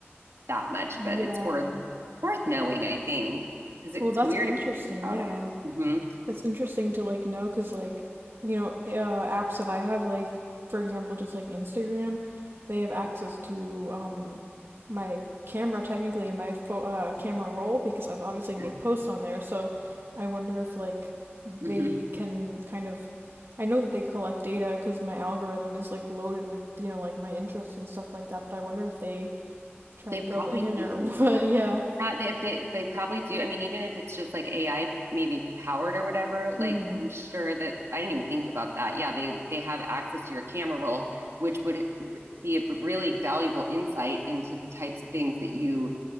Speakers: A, on the right (about 80°); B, on the right (about 60°).
A: that much,
B: Yeah.
A: but it's worth it's worth knowing, I think, because it's
B: Well, that's
A: weird
B: interesting.
A: if you think about
B: Yeah.
A: it. hmm
B: That's interesting to like know because like, you know, uh, apps that I have like, for example, just like Instagram, they have access to um my camera technically and my pho uh, camera roll because I've obviously made
A: Yeah.
B: posts on there. So I wonder if like they
A: hmm
B: can kind of I know that they collect data because my algorithm is like loaded with, you know, like my interests and stuff like that, but I wonder if they try
A: They
B: to go
A: probably
B: in
A: do.
B: or <laughs> what. Yeah.
A: Not they if they they probably do. I mean, even if it's just like AI maybe powered or whatever, like
B: hmm
A: I'm sure that I didn't even think about that. Yeah, they they have access to your camera roll, which would b- be a really valuable insight into the types of things that you